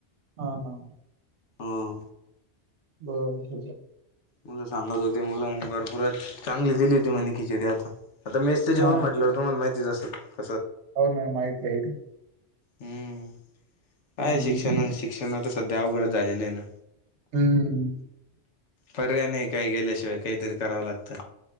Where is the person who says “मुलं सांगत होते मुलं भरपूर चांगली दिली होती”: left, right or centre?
Left